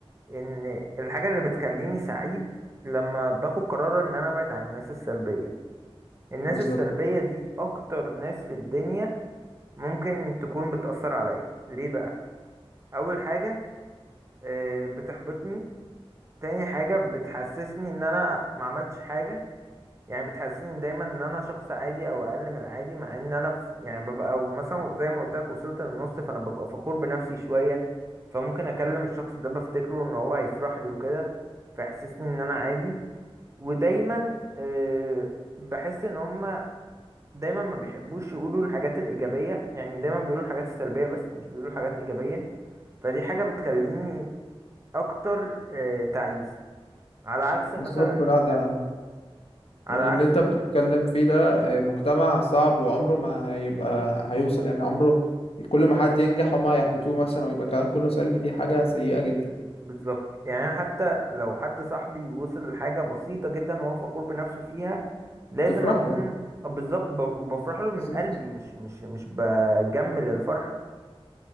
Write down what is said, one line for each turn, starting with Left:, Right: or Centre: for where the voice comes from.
Right: ان الحاجه اللي بتخليني سعيد لما باخد قرار ان انا ابعد عن الناس السلبيه الناس
Left: بالظبط
Right: السلبيه دي اكتر ناس في الدنيا ممكن تكون بتأثر عليا ليه بقى اول حاجه آه، بتحبطني تاني حاجه بتحسسني ان انا ما عملتش حاجه يعني بتحسسني دايما ان انا شخص عادي او اقل من العادي مع ان انا في يعني ببقى أو مثلا زي ما قلت لك وصلت للنص فانا ببقى فخور بنفسي شويه فممكن اكلم الشخص ده بفتكره ان هو هيفرح لي وكده فيحسسني ان انا عادي ودايما آه، بحس ان هما دايما ما بيحبوش يقولوا الحاجات الايجابيه يعني دايما بيقولوا الحاجات السلبيه بس مش بيقولوا حاجات ايجابيه فدي حاجة بتخليني اكتر آه، تعيس على عكس مثلا
Left: بالظبط لا ده
Right: على
Left: يعني
Right: عكس
Left: اللي انت بتتكلم فيه ده آه، مجتمع صعب وعمره ما هيبقى هيوصل يعني عمره كل ما حد ينجح هما يحبطوه مثلا ويبقى كلام كله سلبي دي حاجة سيئة جدا
Right: بالظبط يعني أنا حتى لو حد صاحبي وصل لحاجة بسيطة جدا وهو فخور بنفسه فيها لازم
Left: بتفرح
Right: اكون
Left: له
Right: بالظبط ب- وبفرح له من
Left: بالظبط
Right: قلبي مش مش مش بجمل الفرحة